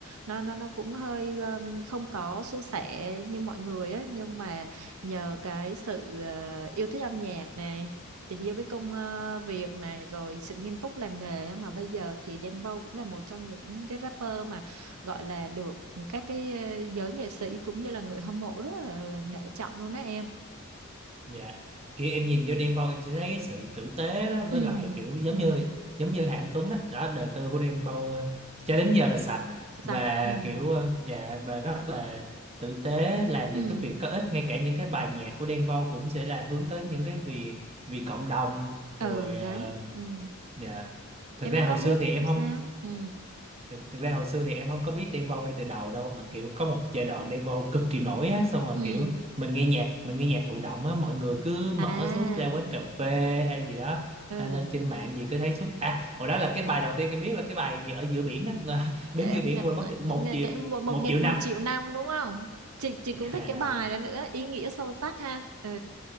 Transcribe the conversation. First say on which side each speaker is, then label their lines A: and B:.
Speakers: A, on the right; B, on the right.
A: nó nó nó cũng hơi um, không có suôn sẻ như mọi người á nhưng mà nhờ cái sự ờ, yêu thích âm nhạc này tình yêu với công ờ, việc này rồi sự nghiêm túc làm nghề á, mà bây giờ thì Đen Vâu cũng là một trong những cái rapper gọi là được các cái ờ, giới nghệ sĩ cũng như là người hâm mộ rất là nể trọng luôn đó em
B: Dạ. Kiểu em nhìn vô Đen Vâu em sẽ thấy cái sự tử tế đó
A: ừ
B: với lại kiểu giống
A: ừ
B: như giống như Hạng Tuấn á, đó, đời tư của Đen Vâu ờ, cho đến giờ là sạch và
A: sạch ừ
B: kiểu ờ, dạ và rất là tử tế làm những
A: ừ
B: cái việc có ích ngay cả những cái bài nhạc của Đen Vâu cũng sẽ là hướng tới những cái vì vì cộng đồng
A: ừ
B: rồi
A: đấy
B: ờ,
A: ừ
B: dạ. Thực
A: em
B: ra
A: em có
B: hồi
A: biết
B: xưa thì em không
A: sao ừ
B: thực, thực ra hồi xưa thì em không có biết Đen Vâu ngay từ đầu đâu mà kiểu có một giai đoạn Đen Vâu cực kỳ nổi á xong rồi
A: ừ
B: kiểu mình nghe nhạc mình nghe nhạc thụ động á mọi người cứ mở
A: à
B: suốt ra quán cà phê hay gì đó
A: ừ
B: hay lên trên mạng gì cứ thấy suốt à hồi đó là cái bài đầu tiên em biết là cái bài gì ở giữa biển đó <laughs> đứng
A: cái em
B: giữa biển
A: em-
B: quên mất tên- một
A: nghe
B: triệu
A: cái một một
B: một
A: ngày
B: triệu
A: một
B: năm
A: triệu năm đúng không chị
B: <laughs>
A: chị cũng
B: yeah,
A: thích cái
B: đó
A: bài đó nữa ý nghĩa sâu sắc ha ừ